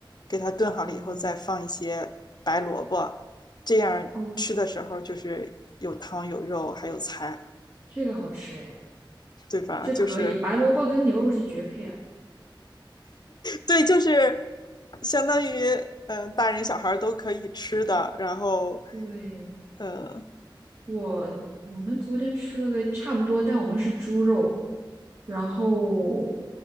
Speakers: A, on the left; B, on the right.
A: 给它炖好了以后再放一些白萝卜，
B: 哦，
A: 这样吃的时候就是有汤有肉还有菜，
B: 哦，这个好吃哎，
A: 对吧？
B: 这可以，
A: 就是
B: 白萝卜跟牛肉是绝配啊。
A: 对，就是相当于嗯、呃大人小孩都可以吃的。然后
B: 对，
A: 嗯
B: 我我们昨天吃了个差不多，但我们是猪肉，然后